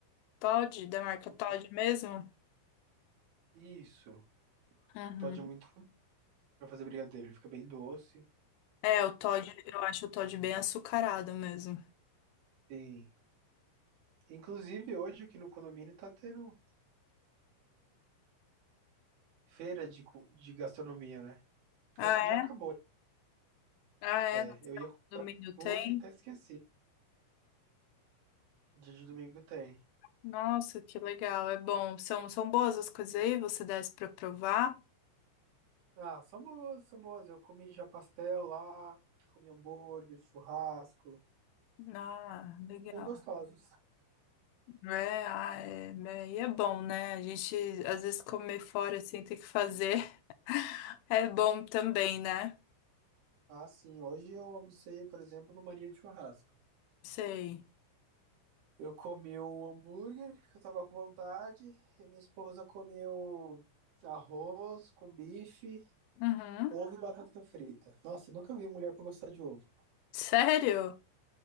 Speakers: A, on the left (about 80°); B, on the right (about 55°).
A: Toddy, da marca
B: O
A: Toddy
B: to...
A: mesmo?
B: Isso.
A: Uhum.
B: Todd é muito bom pra fazer brigadeiro. Ele fica bem doce.
A: É, o Toddy, eu acho o Toddy bem açucarado mesmo.
B: Sim. Inclusive, hoje aqui no condomínio tá tendo feira de, cu- de gastronomia, né?
A: Ah,
B: Acho que já acabou.
A: é? Ah, é?
B: É,
A: No
B: eu ia comprar
A: condomínio tem?
B: duas e até esqueci. Dia de domingo tem.
A: Nossa, que legal, é bom. São, são boas as coisas aí, você desce para provar?
B: Ah, são boas, são boas. Eu comi já pastel lá, comi hambúrguer, churrasco.
A: Ah, legal.
B: Bem gostosos.
A: É, ah, é, né? E é bom, né? A gente às vezes comer fora assim ter que fazer <laughs> é bom também, né?
B: Ah, sim. Hoje eu almocei, por exemplo, no Maria de Churrasco.
A: Sei.
B: Eu comi um hambúrguer que eu tava com vontade, e minha esposa comeu arroz com bife,
A: Uhum.
B: ovo e Aham. batata frita. Nossa, eu nunca vi mulher pra gostar de ovo.
A: Sério?